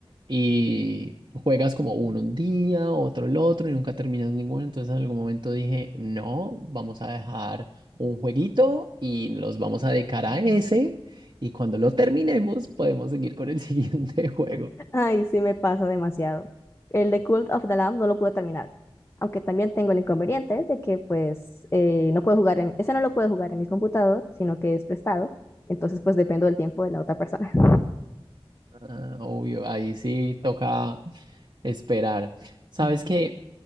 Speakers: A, on the right; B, on the left.
A: y juegas como uno un día, otro el otro y nunca terminas ninguno. Entonces en algún momento dije, no, vamos a dejar un jueguito y los vamos a dedicar a ese y cuando lo terminemos podemos seguir con el <laughs> siguiente juego.
B: Ay, sí me pasa demasiado. El de Cult of the Lamb no lo pude terminar, aunque también tengo el inconveniente de que pues eh, no puedo jugar en, ese no lo puedo jugar en mi computador, sino que es prestado, entonces pues dependo del tiempo de la otra persona. <laughs>
A: Ah, obvio, ahí sí toca esperar. ¿Sabes qué?